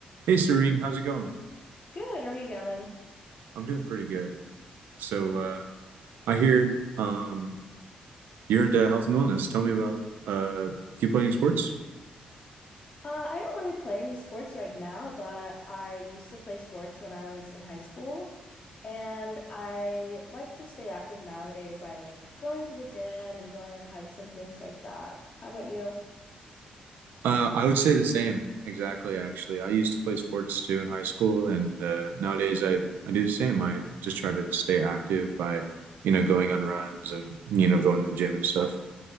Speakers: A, on the right (about 75°); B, on the left (about 45°).
A: Hey, Serene, how's it going?
B: Good, how are you, Gavin?
A: I'm doing pretty good. So, uh, I hear um, you're into health and wellness. Tell me about uh, do you play any sports?
B: Uh, I don't really play any sports right now, but I used to play sports when I was in high school. And I like to stay active nowadays by like going to the gym and going on hikes and things like that. How about you?
A: Uh, I would say the same, exactly, actually. I used to play sports too in high school, and uh, nowadays I, I do the same. I just try to stay active by, you know, going on runs and, you know, going to the gym and stuff.